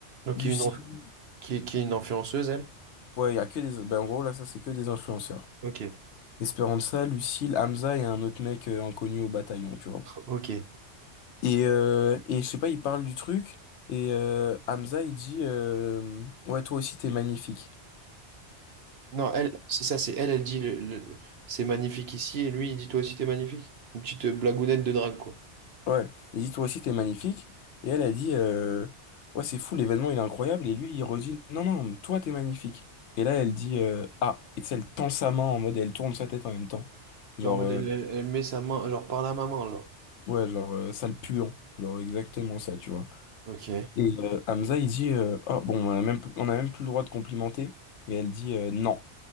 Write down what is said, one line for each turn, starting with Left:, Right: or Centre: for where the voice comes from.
Right: Donc,
Left: Lucille.
Right: il y a une, enf- qui, est, qui est une influenceuse, elle?
Left: Ouais, il y a que des. Ben, en gros, là, ça, c'est que des influenceurs.
Right: Ok,
Left: Esperanza, Lucille, Hamza et un autre mec euh, inconnu au bataillon, tu vois.
Right: ok.
Left: Et, euh, et je sais pas, il parle du truc, et euh, Hamza, il dit euh, Ouais, toi aussi, t'es magnifique.
Right: Non, elle, c'est ça, c'est elle, elle dit le, le- c'est magnifique ici, et lui, il dit toi aussi, t'es magnifique. Une petite blagounette de drague, quoi.
Left: Ouais, il dit toi aussi t'es magnifique. Et elle a dit euh, ouais c'est fou l'événement il est incroyable et lui il redit non non toi t'es magnifique. Et là elle dit euh, ah et tu sais, elle tend sa main en mode elle tourne sa tête en même temps genre
Right: Genre, en mode,
Left: euh,
Right: elle, elle- elle met sa main, genre, par la maman, genre.
Left: ouais genre euh, sale puant genre exactement ça tu vois.
Right: Ok,
Left: Et euh, Hamza il dit euh, ah bon on a même on a même plus le droit de complimenter et elle dit euh, non